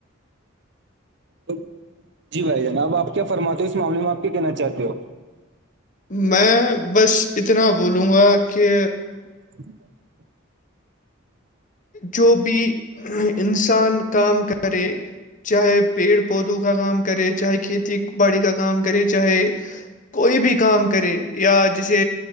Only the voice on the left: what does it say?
میں بس اتنا بولوں گا کہ
جو بھی انسان کام کرے چاہے پیڑ پودوں کا کام کرے چاہے کھیتی باڑی کا کام کرے چاہے کوئی بھی کام کرے یا جیسے